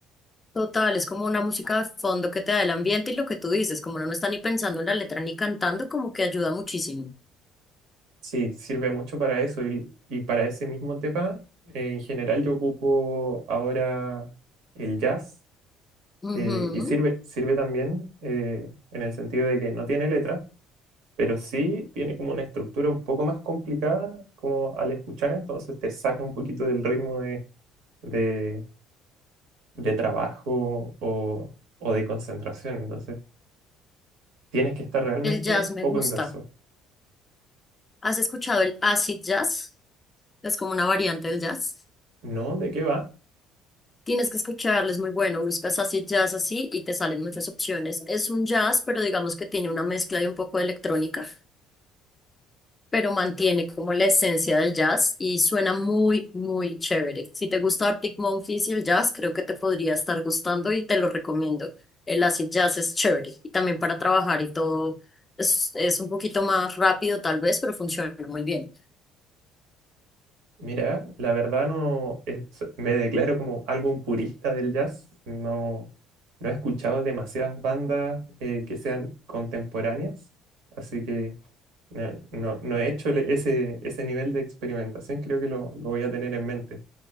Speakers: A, on the left; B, on the right.
A: Total, es como una música de fondo que te da el ambiente y lo que tú dices, como uno no está ni pensando en la letra ni cantando, como que ayuda muchísimo.
B: Sí, sirve mucho para eso y, y para ese mismo tema. eh, en general yo ocupo ahora el jazz
A: Ujú.
B: eh, y sirve, sirve también eh, en el sentido de que no tiene letra pero sí tiene como una estructura un poco más complicada como al escuchar, entonces te saca un poquito del ritmo de, de, de trabajo o, o de concentración, entonces tienes que estar realmente
A: El jazz me
B: poco
A: gusta.
B: inverso.
A: ¿Has escuchado el acid jazz? Es como una variante del jazz.
B: ¿No? ¿De qué va?
A: Tienes que escucharlo, es muy bueno. Buscas acid jazz así y te salen muchas opciones. Es un jazz, pero digamos que tiene una mezcla de un poco de electrónica. pero mantiene como la esencia del jazz y suena muy, muy chévere. Si te gusta Arctic Monkeys y el jazz, creo que te podría estar gustando y te lo recomiendo. El acid jazz es chévere y también para trabajar y todo es, es un poquito más rápido tal vez, pero funciona muy bien.
B: Mira, la verdad no, es- me declaro como algo un purista del jazz, no, no he escuchado demasiadas bandas eh, que sean contemporáneas, así que... No, no- no he hecho el- ese, ese nivel de experimentación, creo que lo, lo voy a tener en mente.